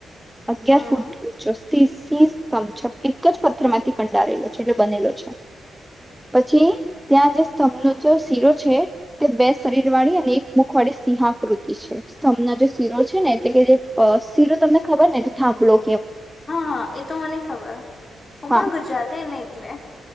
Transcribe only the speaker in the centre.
અગિયાર
ફૂટ ઊંચો <unintelligible> સ્તંછ એક જ પથર માંથી કંડારેલો છે એટલે બનેલો છે. પછી ત્યાં જે સ્તંભનો જે શીરો છે તે બે શરીર વાળી અને એક મુખ વાળી સિંહાકૃતિ છે સ્તંભનો જે શીરો છે ને એટલે કે જે શીરો તમને ખબર ને કે થાભલો
હા